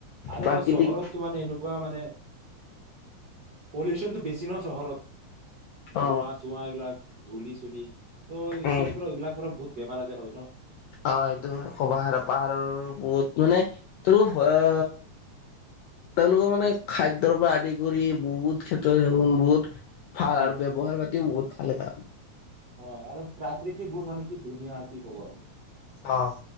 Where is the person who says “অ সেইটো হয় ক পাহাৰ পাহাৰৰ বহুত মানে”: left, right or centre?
Left